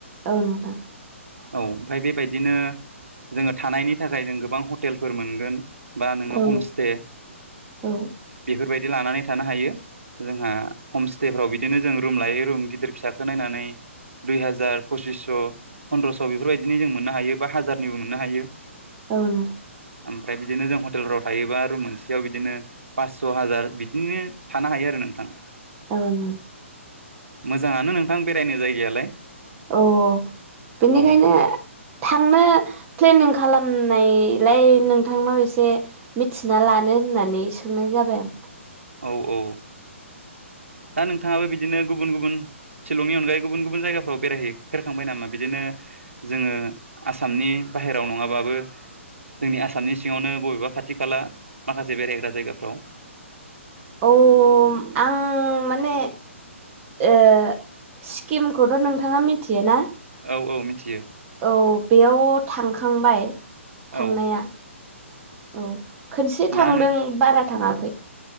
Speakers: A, on the right (about 20°); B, on the right (about 70°).
A: औ नोंथां
B: औ फाय बेबायदिनो जोङो थानायनि थाखाय जों गोबां हटेलफोर मोनगोन बा नोङो
A: औ
B: हमस्टे
A: औ
B: बेफोरबायदि लानानै थानो हायो। जोंहा हमस्टेफ्राव बिदिनो जों रुम लायै रुम गिदिर फिसाखौ नायनानै दुइ हाजार पसिसस' फन्द्रस' बेफोरबायदिनो जों मोननो हायो बा हाजारनिबो मोननो हायो।
A: ओं।
B: ओमफ्राय बिदिनो जों हटेलफ्राव थायोबा रुम मोनसेयाव बिदिनो पास्स' हाजार बिदिनो थानो हायो आरो नोंथां।
A: ओं।
B: मोजाङानो नोंथां बेरायनो जायगायालाय।
A: औ बेनिखायनो
B: औ
A: थांनो प्लेनिं खालामनायलाय नोंथांनाव एसे मिथिना लानो होननानै सोंनाय जाबाय आं।
B: औ औ दा नों नोंथाङाबो बिदिनो गुबुन गुबुन शिलंनि अनगायै गुबुन गुबुन जायगाफ्राव बेरायहै फेरखांबाय नामा बिदिनो जोङो आसामनि बाहेरायाव नङाबाबो जोंनि आसामनि सिङावनो बबेबा खाथि खाला माखासे बेरायग्रा जायगाफ्राव
A: औ आं माने ओ स्किमखौथ' नोंथाङा मिथियो ना?
B: औ औ मिथियो
A: औ बेयाव थांखांबाय थांनाया।
B: औ
A: औ खनसे थांदों
B: दा नों
A: बारा थाङाखै।